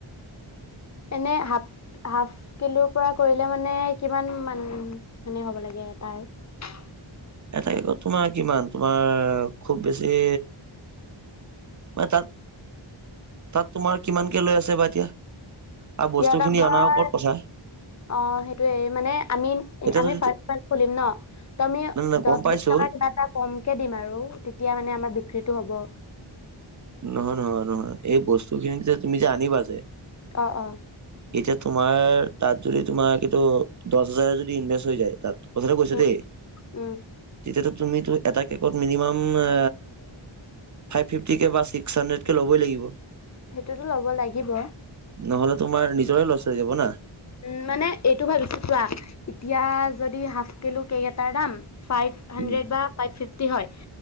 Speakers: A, on the left (about 35°); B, on the right (about 40°).
A: এনে হাফ হাফ কিলোৰ পৰা কৰিলে মানে কিমান মানে মানে হ'ব লাগে এটাৰ ।
B: এটাকে ক তোমাৰ কিমান তোমাৰ খুব বেছি ম তাত তাত তোমাৰ কিমানকে লৈ আছে বা এতিয়া? আৰু বস্তু
A: ইয়াত
B: খিনি
A: আমাৰ
B: অনাৰ ওপৰত কথা
A: অ সেইটোয়ে মানে আমি
B: এতিয়া
A: আমি
B: যদি
A: ফাৰ্ম
B: তু-
A: চাৰ্ম খুলিম ন ত আমি
B: নাই নাই
A: দছ
B: গম পাইছো
A: বিছ টকাত কিবা এটা কমকে দিম আৰু তেতিয়া মানে আমাৰ বি ক্ৰিটো হ'ব।
B: নহয় নহয় নহয় এই বস্তু খিনি যে তুমি যে আনিবা যে
A: অ অ
B: এতিয়া তোমাৰ তাত যদি তোমাৰ সেইটো দহ হাজাৰ যদি ইনভেষ্ট হৈ যায় তাত কথাটো কৈছো
A: উম
B: দেই
A: উম
B: তেতিয়াতো তুমিতো এটা কেকত মিনিমাম আ ফাইফ ফিফটিকে বা ছিক্স হান্ড্ৰেত কে লবই লাগিব
A: সেইটোতো লব লাগিব।
B: নহ'লে তোমাৰ নিজৰে লছ হৈ যাব না
A: উম মানে এইটো ভাবিছো চোৱা এতিয়া যদি হাফ কিলো কেক এটাৰ দাম ফাইফ হান্ড্ৰেদ
B: উম
A: বা ফাইফ ফিফ কে হয়